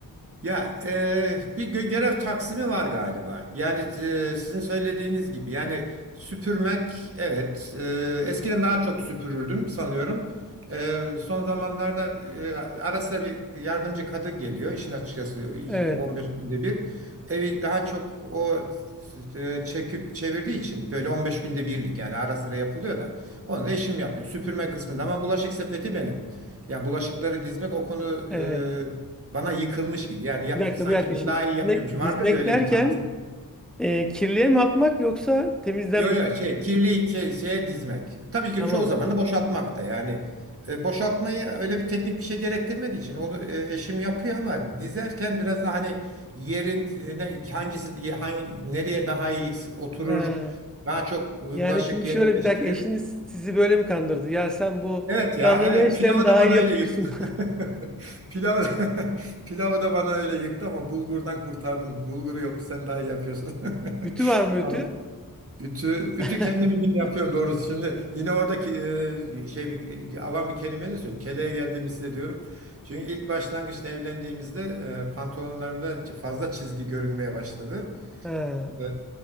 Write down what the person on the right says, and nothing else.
Ya e, bir gö- görev taksimi var galiba. Yani e, sizin söylediğiniz gibi yani süpürmek evet e, eskiden daha çok süpürürdüm sanıyorum. E, son zamanlarda e, ara sıra bir yardımcı kadın geliyor işin açıkçası iki-
15 günde bir. Evi daha çok o e, çekip çevirdiği için böyle 15 günde birlik yani ara sıra yapılıyor da onu da eşim yapıyor süpürme kısmında ama bulaşık sepeti benim. Yani bulaşıkları dizmek o konu
bana yıkılmış gibi. Yani yap,
sanki
ben
daha iyi
yapıyormuş. Vardır
ya öyle
bir taktik.
Yo
yo şey kirli şey, şeye dizmek. Tabii ki
çoğu zaman da boşaltmak da yani e, boşaltmayı öyle bir teknik bir şey gerektirmediği için onu e, eşim yapıyor ama dizerken biraz da hani yerin e, ne, hangisi hangi nereye daha iyi oturur
daha çok bulaşık
yerleştirilir
Evet ya
evet
pilavı
da bana
öyle
yıktı. <laughs> Pilavı, <laughs> pilavı da bana öyle yıktı ama bulgurdan kurtardım. Bulguru yok sen daha iyi yapıyorsun.
<laughs>
Ama ütü,
ütü kendim için yapıyorum doğrusu. Şimdi yine oradaki e, şey bir, e, avam bir kelime de söyleyeyim. Keleğe geldiğimi hissediyorum. Çünkü ilk başlangıçta evlendiğimizde e, pantolonlarımda fazla çizgi görünmeye başladı.
Ee,